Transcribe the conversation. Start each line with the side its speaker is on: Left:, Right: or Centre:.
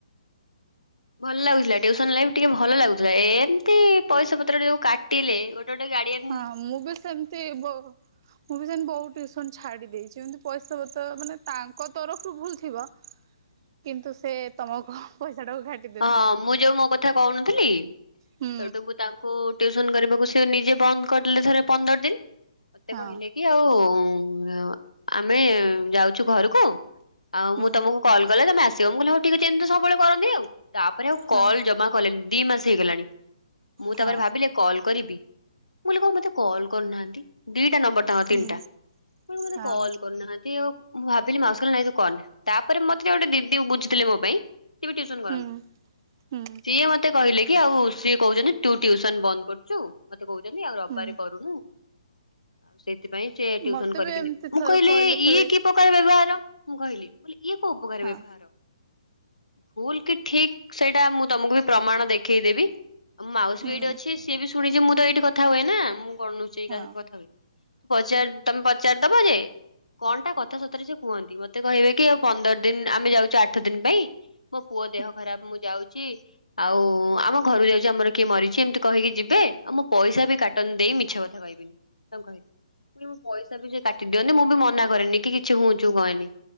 Left: ଭଲ ଲାଗୁଥିଲା ଟ୍ୟୁସନ ଲାଇଫ ଟିକେ ଭଲ ଲାଗୁଥିଲା। ଏମିତି ପଇସା ପତ୍ର ଯୋଉ କାଟିଲେ ଗୋଟେ ଗୋଟେ ଗାଡିଏନ୍
Right: ହଁ ମୁଁ ବି ସେମିତି ମୁଁ ବି ସେମତି ବହୁ ଟୁସନ ଛାଡି ଦେଇଛି ପଇସା ବ ତ ମାନେ ତାଙ୍କ ଙ୍କ ତରଫରୁ ଭୁଲ ଥିବ କିନ୍ତୁ ସେ ତମକୁ ପଇସା ଟାକୁ ଘାଟି
Left: ହଁ ମୁଁ ଯୋଉ ମୋ କଥା କହୁନଥିଲି ସେଠୁ
Right: ହୁଁ
Left: ମୁ ତା ଟ୍ୟସନ କରିବାକୁ ସେ ନିଜେ ବନ୍ଦ କରିଦଲେ ଥରେ ପନ୍ଦର ଦିନ ମତେ
Right: ହଁ
Left: କହିଲେ ଇ ଆଉ ଆମେ ଯାଉଛୁ ଘରକୁ ଆଉ
Right: ହୁଁ
Left: ମୁଁ ତମକୁ କଲ୍ କଲେ ତମେ ଆସିବ ମୁଁ କହିଲଲେ ହଉ ଟିକେ ଯେମିତି ସବୁବେଳେ କରନ୍ତିି ଆଉ ତାପରେ ଆଉ
Right: ହଁ
Left: କଲ ଜମା କଲେ ଦି ମାସ ହେଇଗଲାଣି ମୁଁ
Right: ହଁ
Left: ତାପରେ ଭାବିଲି କଲ୍ କରିବି ମୁଁ କହିଲି କଣ ମତେ କଲ୍ କରୁନାହାନ୍ତି ଦିଟା ନମ୍ବର ତାଙ୍କ
Right: ହୁଁ
Left: ତିନିଟା ଆପଣ ମତେ
Right: ହଁ
Left: କଲ୍ କରୁନାହାନ୍ତି ଆଉ ମୁଁ ଭାବିଲି ମାଉସର ନାଇଁ ତୁ କନ ତାପରେ ମତେ ଗୋଟେ ଦିଦି ବୁଝିଥିଲ ମୋ ପାଇଁ ସିଏ ବି ଟୁସନ କରନ୍ତି
Right: ହୁଁ ହୁଁ
Left: ସିଏ ମତେ କହିଲେ କି ଆଉ ସଏ କହୁଛନ୍ତି ତୁ ଟ୍ୟୁସନ ବନ୍ଦ କରୁଛୁ ମତେ କହୁଛନ୍ତି ଆଉ ରବାରେ
Right: ହୁଁ
Left: କରୁନୁ ଆଉ ସେଇଥିପାଇଁ ସେ ଟଉସନ
Right: ମତେ
Left: କରିବିନି
Right: ବି ଏମିତି
Left: ମୁଁ
Right: ଥରେ
Left: କହିଲେ
Right: ଥରେ
Left: ଇଏ ଉପକାର ବ୍ୟବହାର ମୁଁ କହିଲି ଇଏ କୋଉ ଉପକାରୀ
Right: ହଁ
Left: ବ୍ୟବହାର ଭୁଲ କି ଠିକ ସେଇଟା ମୁଁ ତମକୁ ବି ପ୍ରମାଣ ଦେଖେଇଦେବି ଆଉ ମାଉସୀ
Right: ହୁଁ
Left: ବି ଏଇଠି ଅଛି ସିଏ ବି ଶୁଣିଛି ମୁଁ ତ ଏଇଠି କଥା ହୁଏ ନା ମୁଁ କଣ ନୁଉଛି ଏଇ
Right: ହୁଁ
Left: କାହାକୁ କଥା ହୁଏ ପଚାର ତମେ ପଚାର ଦବ ଯେ କଣଟା କଥା ସତରେ ସେ କୁହନ୍ତି ମତେ କହିବେ କି ଆଉ ପନ୍ଦର ଦିନ ଆମେ ଯାଉଛୁ ଆଠ ଦିନ ପାଇଁ ମୋ ପୁଅ
Right: ହୁଁ ହଁ ହଁ।
Left: ଦେହ ଖରାପ ମୁଁ ଯାଉଛି ଆଉ ଆମ ଘରୁ ଯାଉଛି ଆମର କିଏ ମରିଛି ଏମିତି କହିକି ଯିବେ ଆଉ ମୁଁ ପଇସା ବି କାଟନ ଦେଇ ମିଛ କଥା କହିବେ କହିଲି ପଇସା ବି ସେ କାଟି ଦିଅନ୍ତି ମୁଁ ବି ମନା କରେନି କି କିଛି ହଉଛିୁ କହନି